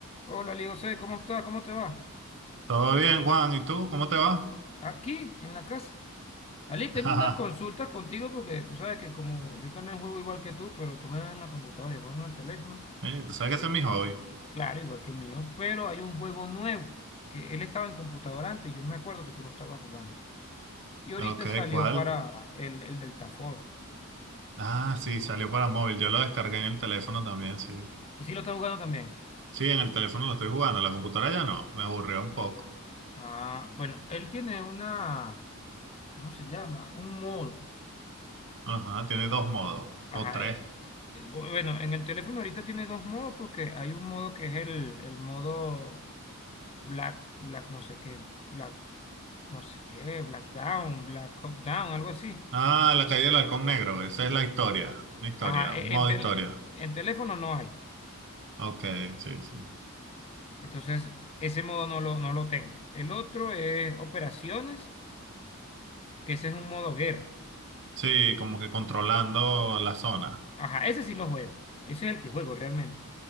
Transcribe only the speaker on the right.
Todo
bien, Juan. ¿Y tú? ¿Cómo te va?
<laughs> Ajá.
Eh, Tú sabes que ese es mi hobby.
Ok,
¿cuál?
Ah, sí, salió para móvil. Yo lo descargué en el teléfono también, sí.
Sí, en el teléfono lo estoy jugando. En la computadora ya no. Me aburrió un poco.
Ajá, tiene dos modos.
O tres.
Ah, la caída del halcón negro. Esa es la historia. Una historia.
Un modo
historia.
Ok, sí, sí.
Sí, como que controlando la zona.